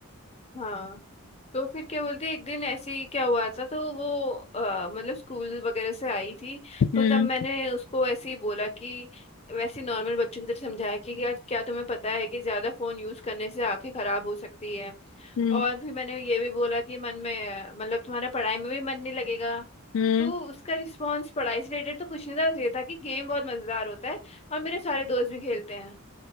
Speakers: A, on the left; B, on the left.
A: हाँ तो फिर क्या बोलते हैं, एक दिन ऐसे ही क्या हुआ था तो वो अ, मतलब स्कूल वगैरह से आई थी तो
B: हम्म
A: तब मैंने उसको ऐसे ही बोला कि वैसे नॉर्मल बच्चों की तरह समझाया कि क्या क्या तुम्हें पता है कि ज्यादा फोन यूज करने से आंखें खराब हो सकती है
B: हम्म
A: और फिर मैंने ये भी बोला कि मन में अ, मतलब तुम्हारा पढ़ाई में भी मन नहीं लगेगा
B: हम्म
A: तो उसका रिस्पांस पढ़ाई से रिलेटेड तो कुछ नहीं था बस ये था कि गेम बहुत मजेदार होता है और मेरे सारे दोस्त भी खेलते हैं